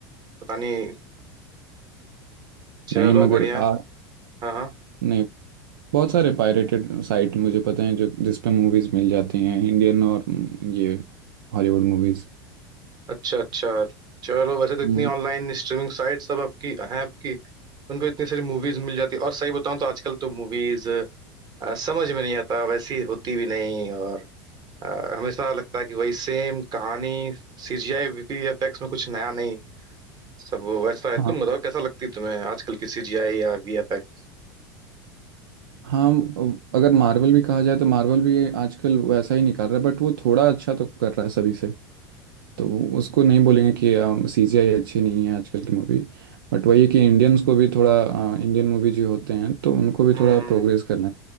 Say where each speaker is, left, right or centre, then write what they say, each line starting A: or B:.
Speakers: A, on the right; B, on the right.
A: पता नहीं चलो
B: नहीं मगर
A: बढ़िया
B: आ
A: है। हाँ हाँ
B: नहीं बहुत सारे पायरेटेड साइट मुझे पता है जो जिस पे मूवीज मिल जाती हैं इंडियन और हम्म, ये हॉलीवुड मूवीज
A: अच्छा अच्छा चलो वैसे तो इतनी
B: हम्म,
A: ऑनलाइन स्ट्रीमिंग साइट सब आपकी हैं आपकी उन पे इतनी सारी मूवीज मिल जाती है और सही बताऊं तो आजकल तो मूवीज समझ में नहीं आता वैसी होती भी नहीं और अ, हमेशा लगता है कि वही सेम कहानी सीजीआई वीएफएक्स में कुछ नया नहीं सब वैसा है
B: हाँ
A: तुम बताओ कैसा लगती है तुम्हें आजकल की सीजीआई या वीएफएक्स
B: हाँ अगर मार्वल भी कहा जाए तो मार्वल भी आजकल वैसा ही निकाल रहा है बट वो थोड़ा अच्छा तो कर रहा है सभी से तो वो- उसको नहीं बोलेंगे कि सीजीआई अच्छी नहीं है आजकल की मूवी बट वही है कि इंडियंस को भी थोड़ा इंडियन मूवी जो होते हैं तो उनको भी
A: हम्म
B: थोड़ा
A: हम्म,
B: प्रोग्रेस करना है